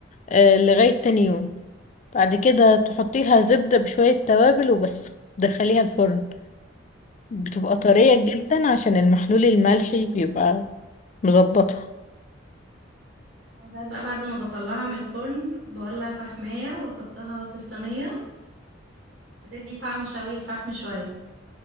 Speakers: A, on the left (about 35°); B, on the right (about 55°).
A: إيه لغاية تاني يوم بعد كده تحطي لها زبدة بشوية توابل وبس دخليها الفرن بتبقى
B: اوكي
A: طرية جدا عشان المحلول الملحي بيبقى مظبطها
B: أنا ساعات بقى بعد ما بطلعها من الفرن بولع فحمايه واحطها في الصينيه بتدي طعم شوي الفحم شويه